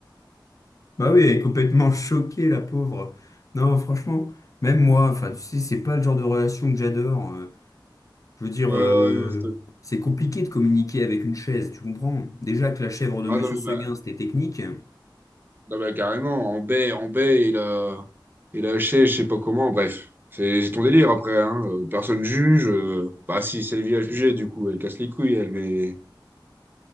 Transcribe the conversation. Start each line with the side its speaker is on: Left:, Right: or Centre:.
Left: Bah oui, elle est complètement <laughs> choquée, la pauvre. Non, franchement, même moi, enfin, tu sais, c'est pas le genre de relation que j'adore. euh. Je veux dire,
Right: Ouais, ouais,
Left: euh,
Right: non, c'était-
Left: c'est compliqué de communiquer avec une chaise, tu comprends? Déjà que la chèvre de
Right: ah,
Left: Monsieur
Right: non, mais,
Left: Seguin,
Right: bah,
Left: c'était technique.
Right: non, mais carrément, en baie, en baie, il a, il a haché, je sais pas comment, bref. C'est c'est ton délire après, hein. euh, Personne juge. euh, Bah si, Sylvie a jugé, du coup, elle casse les couilles, elle, mais.